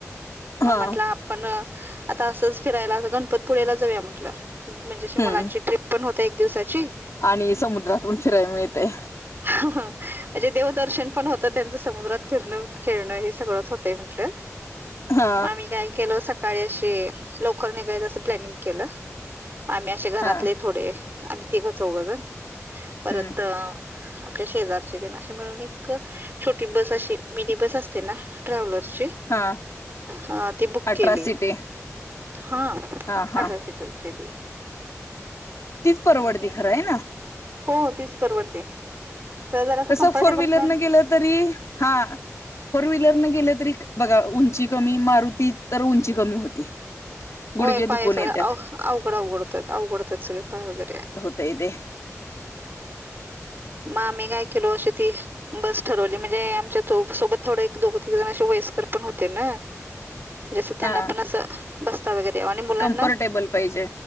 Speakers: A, on the right; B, on the left.
A: म
B: हा
A: म्हटलं आप पण आता असंच फिरायला गणपतपुळेला जाऊया म्हटलं म्हणजेशी मुलांची
B: हम्म
A: ट्रिप होता एक दिवसाची
B: आणि समुद्रातून फिरायला मिळतय.
A: म्हणजे देवदर्शन पण होतं, त्यांचं समुद्रात फिरणं खेळणं हे सगळंच होतंय म्हटलं.
B: हा
A: म आम्ही काय केलं सकाळी अशे लवकर निघायच असं प्लॅनिंग केलं. आम्ही आशे घरातले
B: हा
A: थोडे आम्ही तिघ चौघ जण परत
B: हम्म
A: अ आपल्या शेजारचे दिन अशे मिळून एक छोटी बस अशी मिनी बस असते ना ट्रॅव्हलरची
B: हा
A: हा ती बुक
B: अठरा
A: केली.
B: सीटे
A: हा
B: हा
A: अठरा
B: हा
A: सिटर चीये ती.
B: तीच परवडती
A: आणि
B: खरं आहे ना
A: हो हो तीच परवडते असं जरासं
B: कसं
A: कम्फर्टेबल
B: फोर व्हीलर
A: पण
B: न गेलं तरी हा. फोर व्हीलरने गेलं तरी बघा उंची कमी मारुती तर उंची कमी होती. गुडघे
A: होय पाय
B: दुखून
A: स
B: येतात
A: अवघ अवघड अवघडतात अवघडतात सगळे पाय वगैरे
B: त य दे.
A: म आम्ही काय केलो अशी ती बस ठरवली म्हणजे आमच्या सो सोबत थोडं एक दोघ तीग जण असे वयस्कर पण होते ना. म्हणजें असं त्यांना
B: हा
A: पण असं बसता वगैरे यावं आणि मुलांना
B: कम्फर्टेबल पाहिजे